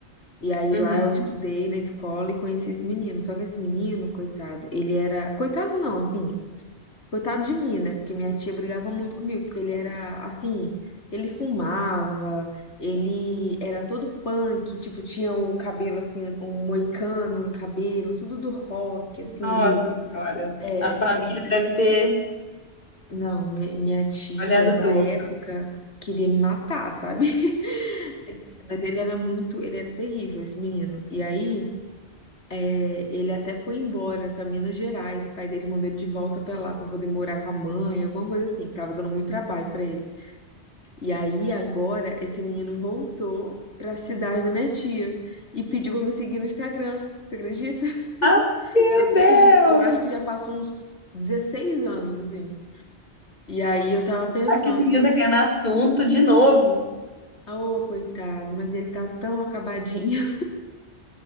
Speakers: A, on the left; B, on the left.
A: E aí
B: Uhum.
A: lá eu estudei na escola e conheci esse menino. Só que esse menino, coitado, ele era. Coitado não, assim. Coitado de mim, né? Porque minha tia brigava muito comigo, porque ele era assim. Ele fumava, ele era todo punk, tipo, tinha o cabelo assim, um moicano no cabelo, tudo do rock, assim,
B: Nossa
A: do.
B: Senhora,
A: É,
B: a família deve ter
A: não, mi- minha tia,
B: olhado
A: na
B: torto.
A: época, queria me matar, sabe? <laughs> Mas ele era muito, ele era terrível, esse menino. E aí. É, ele até foi embora para Minas Gerais, o pai dele mandou ele de volta para lá para poder morar com a mãe, alguma coisa assim, que tava dando muito trabalho para ele. E aí agora esse menino voltou para a cidade da minha tia e pediu para me seguir no Instagram. Você acredita? <laughs>
B: Ah, meu
A: Depois
B: Deus!
A: de, eu acho que já passou uns 16 anos assim. E aí eu tava pensando,
B: Aqui esse menino tá querendo assunto de novo.
A: oh, coitado, mas ele tá tão acabadinho.